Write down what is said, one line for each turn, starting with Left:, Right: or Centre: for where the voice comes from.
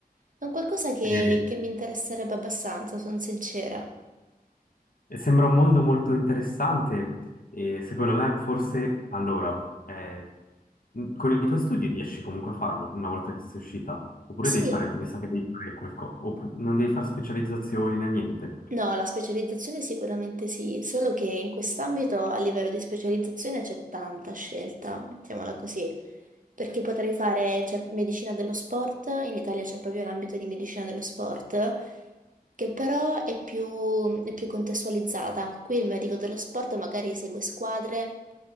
Right: È un qualcosa che,
Left: E-
Right: che mi interesserebbe abbastanza, sono sincera.
Left: e sembra un mondo molto interessante e secondo me forse allora, eh, mh, con i tuoi studi riesci comunque a farlo una volta che sei uscita, oppure devi
Right: Sì.
Left: fare, mi sa che devi fare qualcosa, non devi fare specializzazioni né niente.
Right: No, la specializzazione sicuramente sì, solo che in quest'ambito a livello di specializzazione c'è tanta scelta, mettiamola così, perché potrei fare, c'è medicina dello sport, in Italia c'è proprio l'ambito di medicina dello sport, che però è più, è più contestualizzata. Qui il medico dello sport magari segue squadre,